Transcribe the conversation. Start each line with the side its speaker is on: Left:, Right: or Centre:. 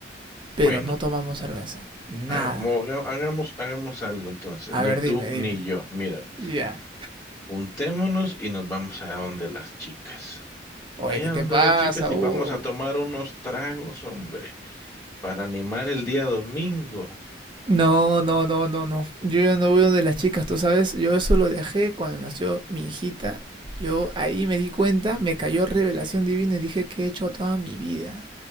Right: Pero
Left: Bueno,
Right: no tomamos cerveza. Nada.
Left: ha- mo- haga- hagamos, hagamos algo entonces,
Right: A
Left: ni
Right: ver,
Left: tú
Right: dime,
Left: ni
Right: dime.
Left: yo. Mira, pues,
Right: Ya.
Left: juntémonos y nos vamos allá donde las chicas.
Right: Oye,
Left: Allá
Right: ¿qué te
Left: donde
Right: pasa?
Left: las chicas y
Right: Uh.
Left: vamos a tomar unos tragos, hombre, para animar el día domingo.
Right: No, no, no, no, no. Yo ya no voy donde las chicas, tú sabes. Yo eso lo dejé cuando nació mi hijita. Yo ahí me di cuenta, me cayó revelación divina y dije, ¿qué he hecho a toda mi vida?